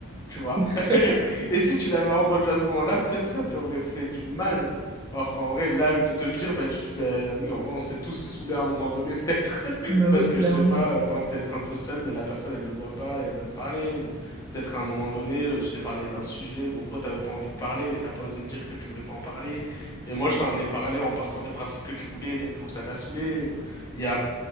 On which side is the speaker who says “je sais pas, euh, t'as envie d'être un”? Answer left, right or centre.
Left